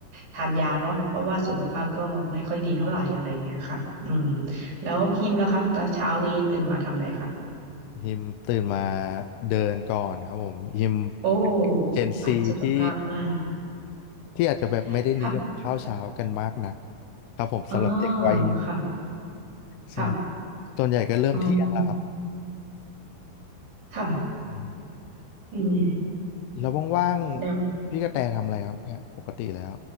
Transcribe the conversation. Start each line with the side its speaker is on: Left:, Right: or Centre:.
Right: ทานยาเนาะเพราะว่าสุขภาพก็ไม่ค่อยดีเท่าไหร่อะไรอย่างเงี้ยค่ะอืมแล้วฮิมล่ะคะตอนเช้านี้ตื่นมาทำอะไรคะ
Left: ฮิมตื่นมาเดินก่อนครับผมฮิม
Right: โอ้
Left: เจนซีที่
Right: สายสุขภาพมาก
Left: ที่อาจจะแบบไม่ได้นิยมข้าวเช้ากันมากนัก
Right: <laughs> ค่ะ
Left: ครับผมสำหรับเด็กวัยฮิม
Right: อ๋อค่ะ
Left: ใช่
Right: ค่ะ
Left: ส่วนใหญ่ก็เริ่มเที่ยงแล้วครับ
Right: อ๋อค่ะ
Left: อืม
Right: อืม
Left: แล้วว่างๆพี่กระแตทำอะไรครับเนี่ยปกติแล้ว
Right: เดี๋ยว